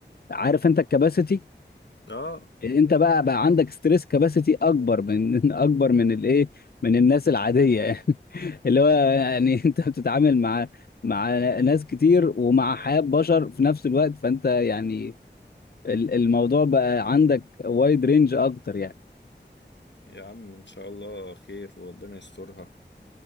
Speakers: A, on the left; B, on the left.
A: عارف أنت الكباسيتي؟
B: آه
A: أنت بقى بقى عندك ستريس كباسيتي أكبر من <laughs> أكبر من الإيه؟ من الناس العادية يعني <laughs> اللي
B: آه
A: هو يعني <laughs> أنت بتتعامل مع مع ناس كتير ومع حياة بشر في نفس الوقت فأنت يعني ال- الموضوع بقى عندك وايد رينج أكتر يعني
B: يا عم إن شاء الله خير وربنا يسترها